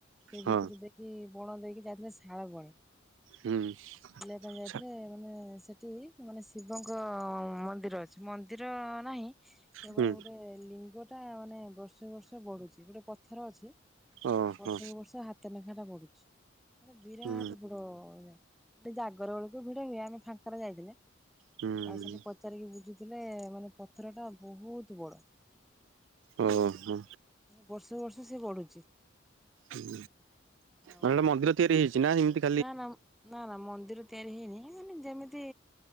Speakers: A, in the centre; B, on the right (about 80°).
A: ସେ
B: ହଁ
A: ଭିତରୁ ଦେଇକି ବଣ ଦେଇକି ଯାଇଥିଲେ ସାଳ ବଣ
B: ହୁଁ
A: ବୁଲିବା ପାଇଁ
B: ଆଛା
A: ଯାଇଥିଲେ ମାନେ ସେଠି ମାନେ ଶିବଙ୍କ ମନ୍ଦିର ଅଛି ମନ୍ଦିର ନା ହିଁ କେବଳ
B: ହୁଁ
A: ଗୋଟେ ଲିଙ୍ଗ ଟା ମାନେ ବର୍ଷକୁ ବର୍ଷ ବଢୁଛି ଗୋଟେ ପଥର ଅଛି
B: ଓହୋ
A: ବର୍ଷକୁ ବର୍ଷ ହାତ ଲେଖା ଟା ବଢୁଛି ମାନେ ବିରାଟ
B: ହୁଁ
A: ବଡ ଜା ହେଟି ଜାଗର ବେଳକୁ ଭିଡ ହୁଏ ଆମେ ଫାଙ୍କରା ଯାଇଥିଲେ
B: ହୁଁ।
A: ଆଉ ସେଠି ପଚାରିକି ବୁଝୁଥିଲେ ମାନେ ପଥର ଟା ବହୁତ ବହୁତ ବଡ ମାନେ
B: ଓହୋ
A: ବର୍ଷ ବର୍ଷ ସେ ବଢୁଛି
B: ହୁ
A: ଆଉ
B: ମାନେଟ ମନ୍ଦିର ତିଆରି ହେଇଛି ନା ଏମତି
A: ନା ନା ନା ନା ମନ୍ଦିର ତାର ହେଇନାଇ ମାନେ ଯେମିତି